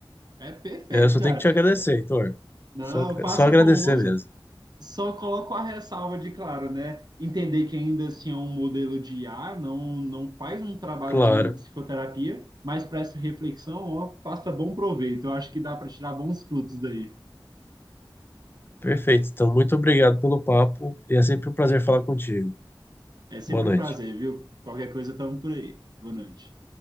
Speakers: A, on the right (about 50°); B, on the left (about 25°).
A: É perfeito,
B: É, Eu só
A: cara.
B: tenho que te agradecer, Heitor.
A: Não,
B: Só,
A: faça
B: só agradecer
A: bom uso.
B: mesmo.
A: Só coloco a ressalva de, claro, né? Entender que ainda assim é um modelo de IA, não, não faz um trabalho
B: Claro.
A: de uma psicoterapia, mas para essa reflexão, ó, faça bom proveito. Eu acho que dá para tirar bons frutos daí.
B: Perfeito. Então, muito obrigado pelo papo e é sempre um prazer falar contigo.
A: É sempre
B: Boa noite.
A: um prazer, viu? Qualquer coisa, estamos por aí. Boa noite.